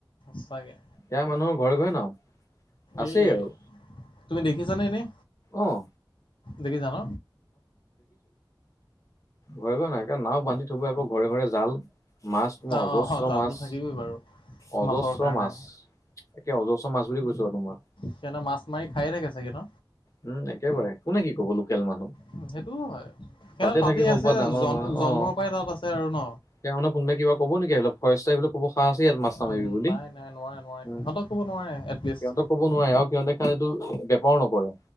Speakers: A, on the left; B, on the left.
A: সঁচাকে
B: এয়া মানুহৰ ঘৰে ঘৰে নাও আছেই
A: এই
B: আৰু।
A: তুমি দেখিছানে এনেই
B: আহ,
A: দেখিছা ন
B: ঘৰে ঘৰে নাই নাও বান্ধি থব আকৌ ঘৰে ঘৰে জাল। মাছ
A: অ
B: অজস্ৰ
A: অ অ জালটো
B: মাছ
A: থাকিবই বাৰু
B: অজস্ৰ
A: মাছৰ কাৰণে
B: মাছ। একে অজস্ৰ মাছ বুলি কৈছো আৰু তোমাৰ
A: সিহঁতে মাছ মাৰি খায়ে থাকে চাগে ন?
B: উম একেবাৰে কোনে কি ক'ব লোকেল মানুহ।
A: উ সেইটোও হয়। সিহঁতৰ
B: তাতে
A: তাতেই
B: থাকে সৰু
A: আছে
B: পৰা ডাঙৰ
A: জন
B: হোৱা
A: জন্মৰ
B: অ',
A: পৰাই তাত আছে আৰু ন
B: তেওঁকনো কোনোবাই কিবা কব নেকি অলপ <unintelligible> এইিলাক ক'ব। চ আছে ইয়াত মাছ না
A: উম,
B: মাৰিবি বুলি
A: নাই নাই নোৱাৰে নোৱাৰে
B: উ
A: সিহঁতক ক'ব নোৱাৰে এটলিষ্ট
B: সিহঁতে ক'ব নোৱাৰে আৰু সিহঁতেৰ কাৰানটো। বেপাৰ নকৰে